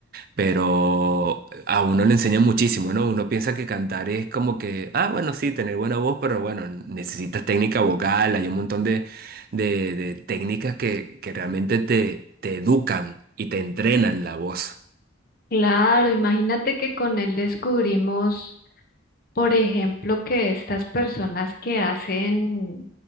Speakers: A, on the right; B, on the left.
A: Pero a uno le enseña muchísimo, ¿no? Uno piensa que cantar es como que, ah, bueno, sí, tener buena voz, pero bueno, necesitas técnica vocal, hay un montón de, de, de técnicas que, que realmente te, te educan y te entrenan la voz.
B: Claro, imagínate que con él descubrimos, por ejemplo, que estas personas que hacen